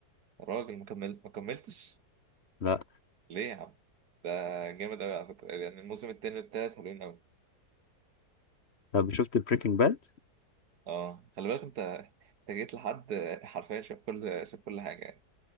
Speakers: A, on the right; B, on the left.
A: الراجل ما كمل ما كملتش
B: لا
A: ليه يا عم ده جامد قوي على فكره يعني الموسم التاني والتالت حلوين قوي
B: طب شفت بريكنج باد
A: اه خلي بالك انت انت جيت لحد حرفيا شاف كل شاف كل حاجه يعني.